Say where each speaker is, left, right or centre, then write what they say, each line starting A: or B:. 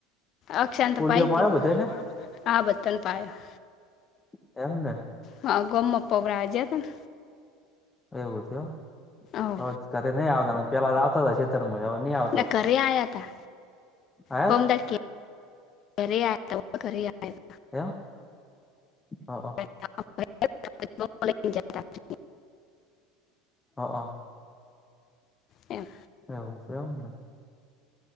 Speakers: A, on the left (about 40°); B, on the left (about 15°).
A: અક્ષાંન
B: પોલિયો
A: તો પાઈ
B: પાયો
A: તી
B: બધાને
A: હા બધાને પાયા.
B: એમને.
A: હ ગોમમા પવરાયા જ્યાં તાન.
B: એવું થયું
A: હો
B: એમ હવે ઘરે નહીં આવતાં પેલાં લાવતાં તા છેતરમાં હવે નહીં આવ
A: ના ઘરે આયા તા.
B: આયા
A: પમતા ઘરે આયા થા હો ઘરે આયા.
B: એેમ હ અ.
A: <inaudible> જ્યાંતા.
B: હ અ.
A: એમ.
B: એવું છે એમ ને.